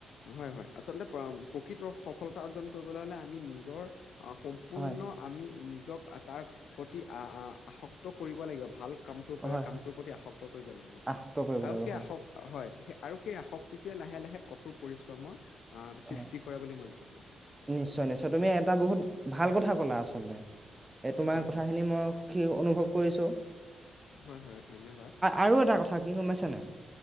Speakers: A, on the left; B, on the right.
A: হয়, হয়, আচলতে প্ৰা-প্ৰকৃতৰ সফলতা অৰ্জন কৰিবলৈ হ'লে আমি নিজৰ আ, সৌম পূৰ্ণ
B: হয়,
A: আমি নিজক তাৰ প্ৰতি আ-আ-আসক্ত কৰিব লাগিব, ভাল কামটোৰ
B: হয়,
A: কামটোৰ
B: হয়,
A: প্ৰতি আসক্ত কৰিব লাগিব।
B: আসক্ত কৰিব
A: আৰু
B: লাগিব,
A: সেই
B: হয়,
A: আসক্ত হয়। আৰু সেই আসক্তিটোৱে লাহে লাহে কঠোৰ পৰিশ্ৰমৰ আহ সৃষ্টি
B: হয়,
A: কৰে বুলি মই ভাবোঁ।
B: নিশ্চয়, নিশ্চয়, তুমি এটা বহুত ভাল কথা ক'লা। আচলতে এই তোমাৰ
A: হয়
B: কথাখিনি
A: হয় হয়
B: মই সুখী অনুভৱ কৰিছোঁ।
A: হয় হয় ধন্যবাদ
B: আৰু এটা কথা কি গমাইছেনে?